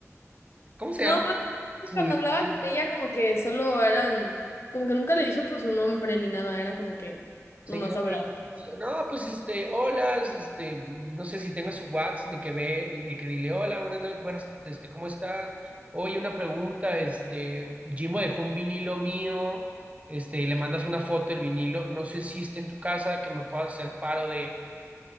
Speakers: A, on the right; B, on the left.
A: ¿Cómo se
B: No,
A: llama?
B: pues,
A: Se
B: cuando
A: me
B: hablaba
A: olvidó.
B: con ella como que solo eran, como que nunca le dije por su nombre ni nada, era como que
A: Señora,
B: nomás hablaba.
A: no, pues, no, pues, este, hola, este, no sé si tengo su WhatsApp de que ve y que dile, hola, buenas noches, buenas, este, ¿cómo está? Oye, una pregunta, este, Jimo dejó un vinilo mío, este, y le mandas una foto del vinilo, no sé si está en tu casa, que me puedas hacer paro de